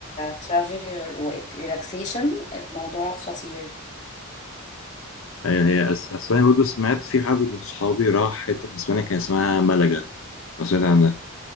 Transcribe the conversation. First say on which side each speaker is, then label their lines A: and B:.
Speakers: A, on the left (about 35°); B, on the left (about 70°).
A: كترافل وريلاكسيشن الموضوع خطير
B: أيوة هي أس... أسبانيا برضه سمعت في حد من صحابي راح حتة في أسبانيا كان اسمها ملجا لو سمعت